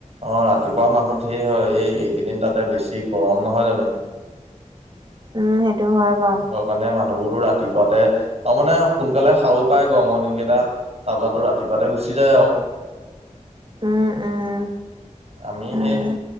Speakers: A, on the right; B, on the right.
A: অ ৰাতিপুৱা মানুহ ঢেৰ হয় এই এইকেইদিন তাতে বেছি গৰম নহয় জানো?
B: উম সেইটো হয় বাৰু।
A: হয় কাৰণে মানুহবোৰতো ৰাতিপুৱাতে আৰু মানে সোনকালে খাবো পায় গৰমৰ দিন কেইটাত। তাৰপাতো ৰাতিপুৱাতে গুচি যায় আৰু।
B: উম উম।
A: আমি
B: উম
A: সেই,